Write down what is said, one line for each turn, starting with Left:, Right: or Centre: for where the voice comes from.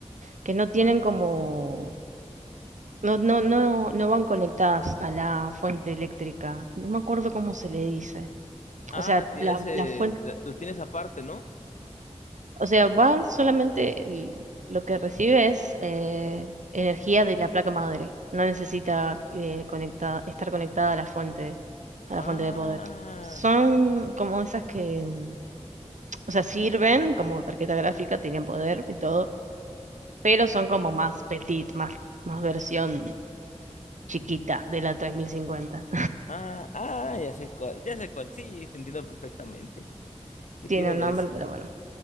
Right: que no tienen como, no, no, no, no van conectadas a la fuente eléctrica? No me acuerdo cómo se le dice.
Left: Ah,
Right: O sea,
Left: tienes,
Right: la,
Left: eh,
Right: la fuente,
Left: la- lo tienes aparte, ¿no?
Right: o sea, va solamente, el- lo que recibe es eh, energía de la placa madre. No necesita eh, conecta- estar conectada a la fuente, a
Left: Ah,
Right: la fuente de poder. Son como esas que... mm, o sea, sirven como tarjeta gráfica, tienen poder y todo, pero son como más petit, más, más versión chiquita de la 3050.
Left: ah, ah, ya sé cuál, ya sé cuál. Sí, te entiendo perfectamente.
Right: <laughs>
Left: ¿Qué
Right: Tiene
Left: te iba
Right: un
Left: a decir?
Right: nombre, pero bueno,